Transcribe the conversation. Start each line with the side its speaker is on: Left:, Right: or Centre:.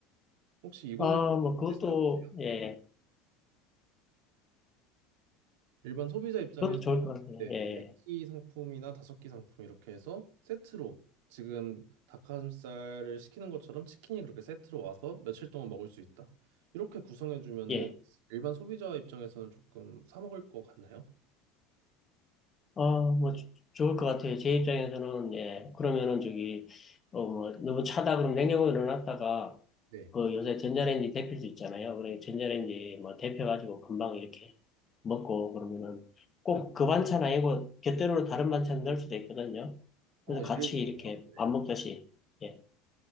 Right: 혹시 이거는
Left: 아,
Right: 어떻게
Left: 뭐, 그것도,
Right: 생각하세요?
Left: 예,
Right: 네. 일반 소비자 입장에서
Left: 그것도 좋을 것 같아요.
Right: 네,
Left: 예,
Right: 네끼 상품이나 다섯 끼 상품 이렇게 해서 세트로 지금 닭가슴살을 시키는 것처럼 치킨이 그렇게 세트로 와서 며칠 동안 먹을 수 있다. 이렇게 구성해주면은
Left: 예.
Right: 일반 소비자 입장에서는 조금 사 먹을 것 같나요?
Left: 아, 뭐, 조- 좋을 것 같아요. 제 입장에서는, 예, 그러면은 저기, 어, 뭐, 너무 차다 그럼 냉장고에 넣어놨다가,
Right: 네.
Left: 그 요새 전자레인지 데필 수 있잖아요. 그래, 전자레인지 뭐, 데펴가지고 금방 이렇게 먹고, 그러면은 꼭 그 반찬 아니고, 곁들여로 다른 반찬 넣을 수도 있거든요.
Right: 어,
Left: 그래서 같이
Right: 예를 들면요?
Left: 이렇게
Right: 네.
Left: 밥 먹듯이, 예,